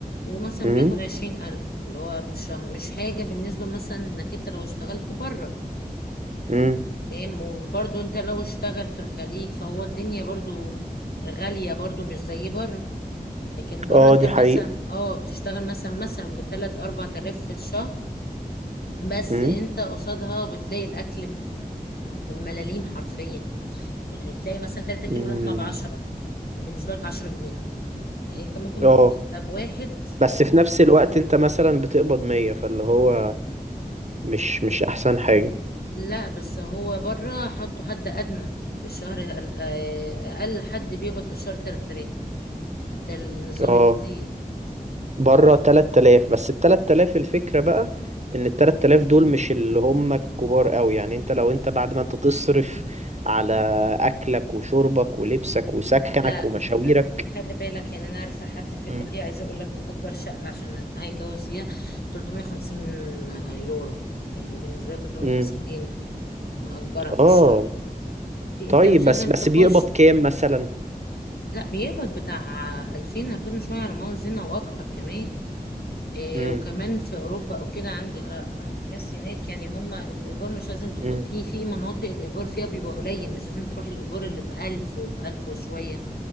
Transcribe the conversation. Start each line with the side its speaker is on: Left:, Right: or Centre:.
Left: ومثلا
Right: امم
Left: بياخد 20000 اللي هو في الشهر مش حاجه بالنسبه مثلا انك انت لو اشتغلت بره
Right: امم
Left: فاهم وبرضه انت لو اشتغل في الخليج فهو الدنيا برضه غاليه برضه مش زي بره لكن بره
Right: اه
Left: انت
Right: دي
Left: مثلا
Right: حقيقه
Left: اه بتشتغل مثلا مثلا بتلات اربع تلاف في الشهر بس
Right: امم
Left: انت قصادها بتلاقي الاكل بملاليم حرفيا يعني تلاقي مثلا تلاتة كيلو
Right: امم
Left: لحمة بعشرة بالنسبة لك عشرة جنيه يعني انت ممكن
Right: اه
Left: بمرتب واحد
Right: بس
Left: لو انت
Right: في نفس الوقت انت مثلا بتقبض 100 فاللي هو مش مش احسن حاجة
Left: لا بس هو بره حطوا حد ادنى في الشهر اقل أقل حد بيقبض في الشهر تلات تلاف ده النظام
Right: اه
Left: الجديد
Right: بره 3000 بس ال 3000 الفكرة بقى ان ال 3000 دول مش اللي هم الكبار قوي يعني انت لو انت بعد ما انت تصرف على اكلك وشربك ولبسك وسكنك
Left: لا
Right: ومشاويرك
Left: خل... خلي بالك يعني انا عارفه حد في
Right: امم
Left: ايطاليا عايزه اقول لك مأجر شقه عشان هيتجوز فيها 350 يورو يعني بالنسبه له 350
Right: امم
Left: جنيه مأجرها في
Right: اه
Left: الشهر في
Right: طيب
Left: انت مش
Right: بس
Left: لازم
Right: بس
Left: تخش
Right: بيقبض كام مثلا
Left: لا بيقبض بتاع 2000 2000 وشويه على ما اظن واكتر كمان إيه
Right: امم
Left: وكمان في اوروبا او كده عندي آه، ناس هناك يعني هم الايجار مش لازم تخ...
Right: امم
Left: في في مناطق الايجار فيها بيبقى قليل مش لازم تروح الايجار اللي ب 1000 وب 1000 وشويه